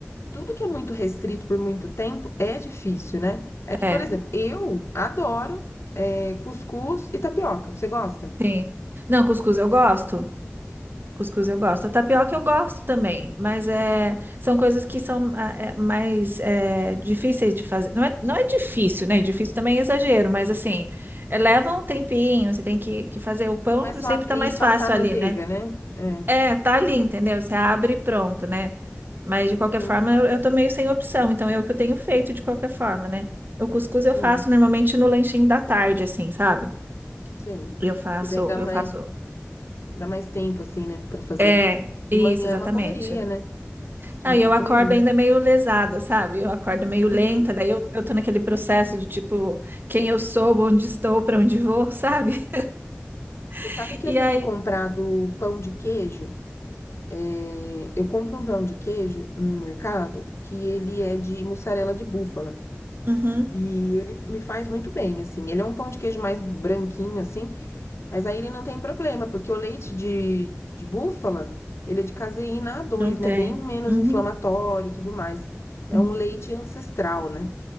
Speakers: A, on the left; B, on the right.
A: tudo que é muito restrito por muito tempo é difícil, né? É que,
B: é,
A: por exemplo, eu adoro é, cuscuz e tapioca. Você gosta?
B: sim. Não, cuscuz eu gosto. Cuscuz eu gosto. A tapioca eu gosto também, mas é, são coisas que são ah, é, mais é, difíceis de fazer. Não é, não é difícil, né? Difícil também é exagero, mas assim, é, leva um tempinho, você tem que, que fazer. O pão
A: Não é só
B: sempre
A: abrir
B: tá mais
A: e passar
B: fácil
A: manteiga,
B: ali, né?
A: né? É.
B: É, tá ali, entendeu? Você abre e pronto, né? Mas de
A: Uhum.
B: qualquer forma, eu, eu tô meio sem opção, então é o que eu tenho feito de qualquer forma, né? O cuscuz
A: Sim,
B: eu faço normalmente no lanchinho da tarde, assim, sabe?
A: sim.
B: Eu faço,
A: Que daí dá
B: eu
A: mais,
B: faço.
A: dá mais tempo, assim, né? Pra fazer.
B: É,
A: De
B: isso,
A: manhã
B: exatamente.
A: é uma correria, né? De
B: Não,
A: manhã
B: e eu
A: é correria.
B: acordo ainda meio lesada, sabe? Eu acordo meio
A: Uhum.
B: lenta, daí eu, eu tô naquele processo de tipo, quem eu sou, onde estou, para onde vou, sabe?
A: Você
B: <laughs>
A: sabe que eu tenho
B: E aí,
A: comprado pão de queijo? É, eu compro um pão de queijo no mercado que ele é de mussarela de búfala.
B: uhum,
A: E ele me faz muito bem, assim. Ele é um pão de queijo mais branquinho, assim, mas aí ele não tem problema, porque o leite de, de búfala, ele é de caseína A2,
B: não tem.
A: né? Bem menos
B: Uhum.
A: inflamatório e tudo mais. É
B: uhum.
A: um leite ancestral, né?